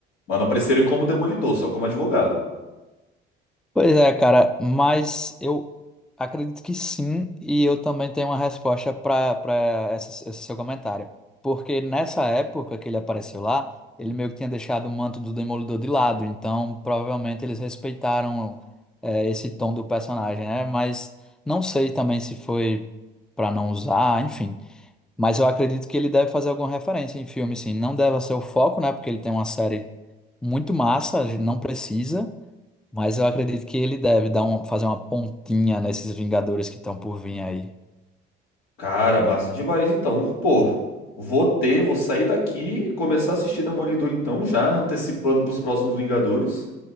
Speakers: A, on the left; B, in the centre.
A: Mas não apareceu ele como Demolidor, só como advogado.
B: Pois é, cara, mas eu acredito que sim, e eu também tenho uma resposta para para esse, esse seu comentário. Porque nessa época que ele apareceu lá, ele meio que tinha deixado o manto do Demolidor de lado, então provavelmente eles respeitaram é, esse tom do personagem, né? Mas não sei também se foi para não usar, enfim. Mas eu acredito que ele deve fazer alguma referência em filme, sim. Não deve ser o foco, né? Porque ele tem uma série muito massa, a gente não precisa. Mas eu acredito que ele deve dar um, fazer uma pontinha nesses Vingadores que estão por vir aí.
A: Cara, massa demais. Então, pô, vou ter, vou sair daqui e começar a assistir Demolidor então, já antecipando pros próximos Vingadores.